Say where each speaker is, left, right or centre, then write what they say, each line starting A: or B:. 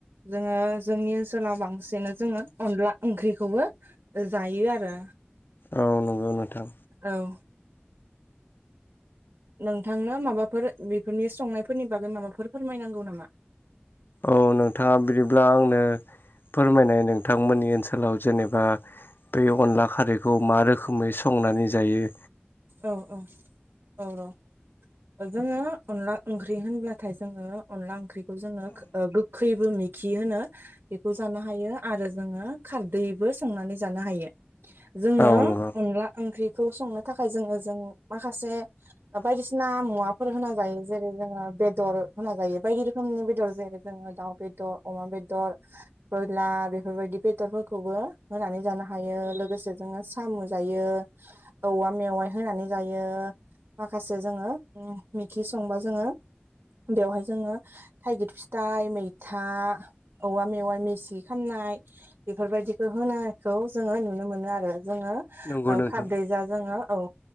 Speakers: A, on the right; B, on the left.
A: जोंङो जोंनि ओनसोलाव बांसिनानो जोंङो अनला ओंख्रिखौबो जायो आरो
B: औ नंगौ नोंथां
A: औव नोंथांनो माबाफोर बेफोरनि संनायफोरनि बागै माबाफोर फोरमायनांगौ नामा?
B: औ नोंथांङा बिदिब्ला आंनो फोरमायनाय नोंथांमोननि ओनसोलाव जेनेबा बे अनला खारैखौ मा रोखोमै संनानै जायो?
A: औ औ औ र'। जोङो अनला ओंख्रि होनब्लाथाय जोङो अनला ओंख्रिखौ जोङो खो ओ गो खैबो मैखि होनो बेखौ जानो हायो आरो जोङो खारदैबो संनानै जानो हायो। जोङो
B: औ नंगौ
A: अनला ओंख्रिखौ संनो थाखाय जोङो जों माखासे दा बायदिसिना मुवाफोर होना जायो जेरै जोङो बेदर होना जायो बायदि रोखोमनि बेदर जेरै जोङो दाउ बेद' अमा बेदर ब्रयलार बेफोरबायदि बेदरफोरखौबो होनानै जानो हायो लोगोसे जोङो साम' जायो। औवा मेवाइ होनानै जायो माखासे जोङो मैखि संबा जोङो बेवहाय जोङो थाइगिर फिथाइ मैथा औवा मेवाइ मिसि खामनाय बेफोरबायदिखो होनायखौ जोङो नुनो मोनो आरो जोङो
B: नंगौ
A: ओ
B: नोंथां
A: खारदैजा जोङो औ